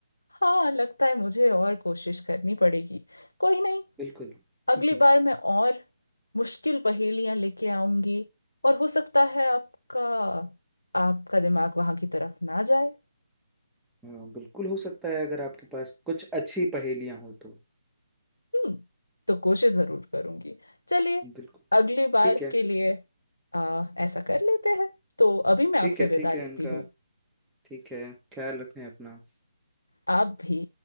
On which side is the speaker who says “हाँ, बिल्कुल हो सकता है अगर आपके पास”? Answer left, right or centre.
Centre